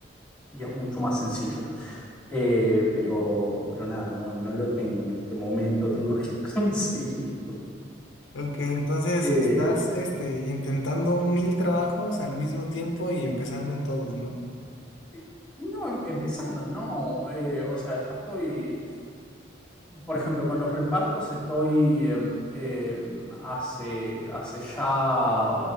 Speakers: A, in the centre; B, on the left (about 75°).
A: y es mucho más sencillo. Eh, pero, pero nada, no, no lo tengo en este momento, tengo que <laughs> conseguirlo.
B: Ok, entonces
A: Eh,
B: estás este, intentando mil trabajos al mismo tiempo y empezando en todos, ¿no?
A: Eh, No, em- empezando, no. eh, o sea, ya estoy. Por ejemplo, con los repartos estoy em, em, hace, hace ya